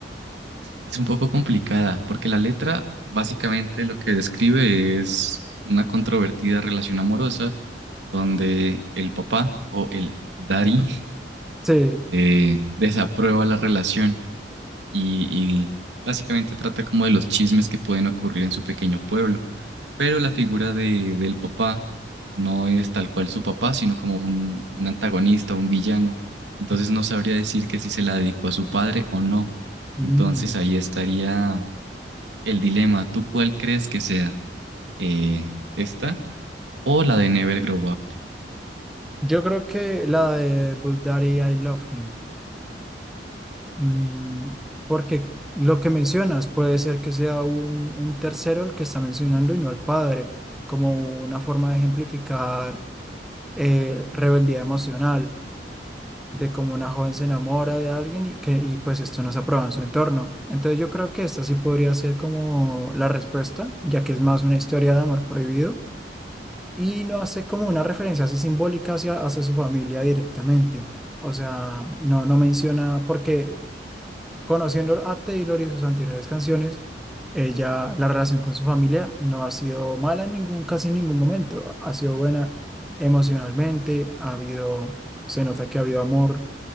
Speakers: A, on the right (about 85°); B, in the centre.
A: Es un poco complicada, porque la letra básicamente lo que describe es una controvertida relación amorosa donde el papá o el daddy
B: Sí.
A: eh, desaprueba la relación y, y básicamente trata como de los chismes que pueden ocurrir en su pequeño pueblo. Pero la figura de, del papá no es tal cual su papá, sino como un, un antagonista, un villano. Entonces no sabría decir que si se la dedicó a su padre o no. Entonces
B: Mm.
A: ahí estaría el dilema, ¿tú cuál crees que sea? Eh, ¿esta o la de Never Grow Up?
B: Yo creo que la de But Daddy, I Love Him. Mm, porque lo que mencionas puede ser que sea un, un tercero el que está mencionando y no el padre, como una forma de ejemplificar eh, rebeldía emocional, de cómo una joven se enamora de alguien y que y pues esto no se aprueba en su entorno. Entonces yo creo que esta sí podría ser como la respuesta, ya que es más una historia de amor prohibido y no hace como una referencia así simbólica hacia, hacia su familia directamente. O sea, no, no menciona porque Conociendo a Taylor y sus anteriores canciones, ella, la relación con su familia no ha sido mala en ningún, casi en ningún momento. Ha sido buena emocionalmente, ha habido, se nota que ha habido amor